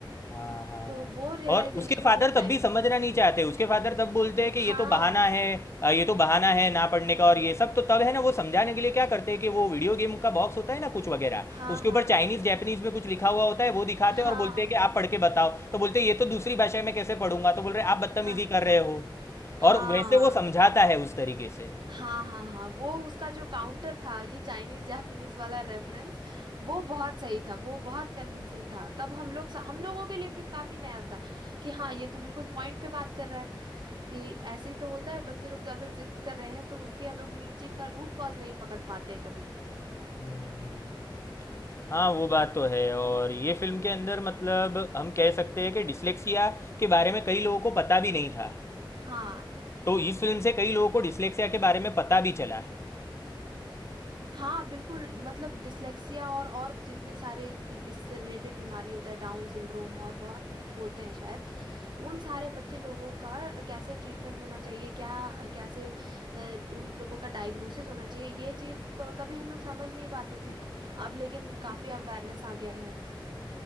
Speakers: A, on the left; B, on the right.
A: हाँ, हाँ,
B: तो
A: हाँ।
B: वो रियलाइजेशन
A: और उसके फादर
B: वाला
A: तब
B: टाइम
A: भी समझना नहीं चाहते उसके फादर तब बोलते हैं कि ये
B: हाँ
A: तो बहाना है अ, ये तो बहाना है ना पढ़ने का और ये सब तो तब है ना वो समझाने के लिए क्या करते हैं कि वो वीडियो गेम का बॉक्स होता है ना कुछ वगैरह
B: हाँ
A: उसके
B: हाँ
A: ऊपर
B: हाँ
A: चाइनीज जैपनीज में कुछ लिखा हुआ होता है वो दिखाते
B: हाँ
A: हैं और बोलते हैं कि आप पढ़ के बताओ तो बोलते हैं ये तो दूसरी भाषा में कैसे पढ़ूंगा तो बोल रहे हैं, आप बदतमीजी
B: हाँ
A: कर रहे हो
B: हाँ
A: और वैसे वो समझाता है उस तरीके से
B: हाँ हाँ हाँ वो उसका जो काउंटर था ये चाइनीज जापानीज वाला रेफरेंस वो बहुत सही था वो बहुत कन्विंसिंग था तब हम लोग हम लोगों के लिए भी काफी नया था कि हाँ ये तो बिल्कुल पॉइंट पे बात कर रहा है कि ऐसे ही तो होता है बच्चे लोग अगर जिद कर रहे हैं तो उसके हम लोग नीचे का रूट कॉज नहीं पकड़ पाते हैं कभी
A: हम्म, हम्म, हम्म। हाँ वो बात तो है और ये फिल्म के अंदर मतलब हम कह सकते हैं कि डिस्लेक्सिया के बारे में कई लोगों को पता भी नहीं था
B: हाँ
A: तो इस फिल्म से कई लोगों को डिस्लेक्सिया के बारे में पता भी चला
B: हाँ बिल्कुल मतलब डिसलेक्सिया और और जितने सारे इ- इससे रिलेटेड बीमारी होता है डाउन सिंड्रोम और बहुत कुछ बोलते हैं शायद उन सारे बच्चे लोगों का कैसे ट्रीटमेंट होना चाहिए क्या कैसे अ, उन लोगों का डायग्नोसिस होना चाहिए ये चीज को कभी हम लोग समझ नहीं पाते थे अब लेकिन काफी अवेयरनेस आ गया है